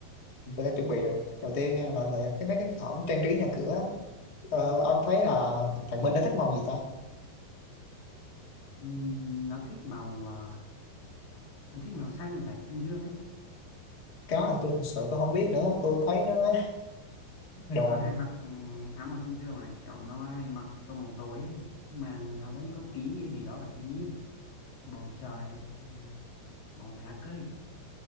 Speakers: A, on the left (about 40°); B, on the left (about 60°).
A: tôi đã chuẩn bị được đầu tiên nha là về
B: Ừ,
A: cái mấy cái khoản trang trí nhà cửa ờ, ông thấy là
B: ừ, chắc-
A: thằng Minh nó thích màu gì ta
B: ừm, nó thích màu à, nó thích màu xanh thì phải xanh dương ấy
A: cái đó là tôi thật sự tôi không biết nữa tôi thấy nó <laughs> đồ
B: nó hay mặc ừ, áo màu xanh dương mà kiểu nó hay mặc tông màu tối ấy. nhưng mà nó vẫn có tí gì đó là thiên nhiên bầu trời ấy, hay là màu lá cây